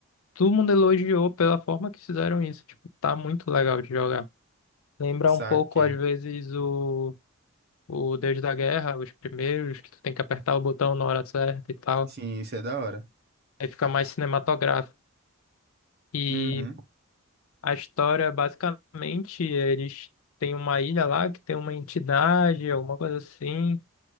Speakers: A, on the left; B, on the right.
A: todo mundo elogiou pela forma que fizeram isso. Tipo, tá muito legal de jogar. Lembra
B: Saquei.
A: um pouco, às vezes, o, o Deus da Guerra, os primeiros, que tu tem que apertar o botão na hora certa e tal.
B: Sim, isso é da hora.
A: Aí fica mais cinematográfico. E
B: Uhum.
A: a história, basicamente, eles têm uma ilha lá que tem uma entidade, alguma coisa assim.